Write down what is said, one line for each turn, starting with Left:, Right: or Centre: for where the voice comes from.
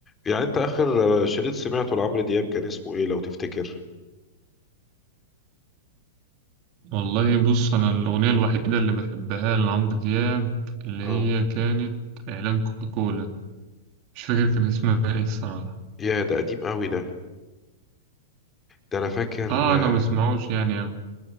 Left: يعني انت اخر شريط سمعته لعمرو دياب كان اسمه ايه لو تفتكر
Right: والله بص أنا الأغنية الوحيدة اللي بحبها لعمرو دياب اللي
Left: اه
Right: هي كانت إعلان كوكاكولا مش فاكر كان اسمها إيه الصراحة
Left: يا ده قديم قوي ده ده انا فاكر
Right: آه
Left: آه،
Right: أنا ما بسمعوش يعني أوي